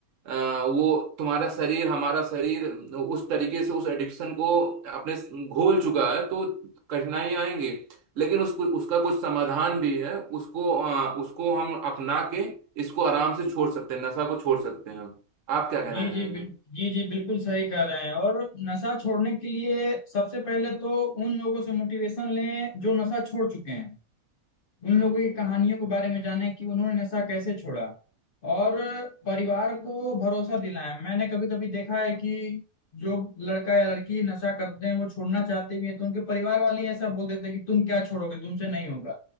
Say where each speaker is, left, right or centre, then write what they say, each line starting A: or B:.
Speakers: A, on the right (about 60°); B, on the left (about 70°).
A: अ, वो तुम्हारा शरीर हमारा शरीर उस तरीके से उस एडिक्शन को अपने स- घोल चुका है तो कठिनाइयां आएंगी लेकिन उसको उसका कुछ समाधान भी है उसको अ, उसको हम अपना के इसको आराम से छोड़ सकते हैं नशा को छोड़ सकते हैं हम आप क्या कहना
B: जी
A: चाहेंगे
B: जी बिल, जी जी बिल्कुल सही कह रहे हैं और नशा छोड़ने के लिए सबसे पहले तो उन लोगों से मोटिवेशन लें जो नशा छोड़ चुके हैं उन लोगों की कहानियों के बारे में जाने कि उन्होंने नशा कैसे छोड़ा और परिवार को भरोसा दिलाया मैंने कभी कभी देखा है कि जो लड़का या लड़की नशा करते हैं वो छोड़ना चाहते भी हैं तो उनके परिवार वाले ही ऐसा बोल देते हैं कि तुम क्या छोड़ोगे तुमसे नहीं होगा